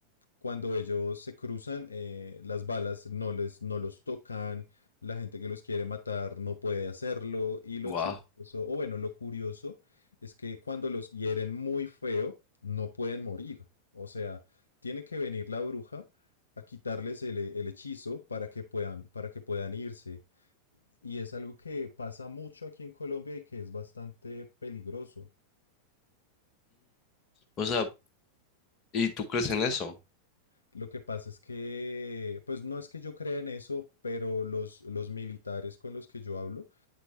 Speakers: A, on the left (about 75°); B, on the left (about 30°).
A: cuando ellos se cruzan, eh, las balas no les, no los tocan, la gente que los quiere matar no puede hacerlo, y lo
B: Wow.
A: chistoso, o bueno, lo curioso, es que cuando los hieren muy feo, no pueden morir. O sea, tiene que venir la bruja a quitarles el, el hechizo para que puedan, para que puedan irse. Y es algo que pasa mucho aquí en Colombia y que es bastante peligroso.
B: O sea, ¿y tú crees en eso?
A: Lo que pasa es que, pues no es que yo crea en eso, pero los, los militares con los que yo hablo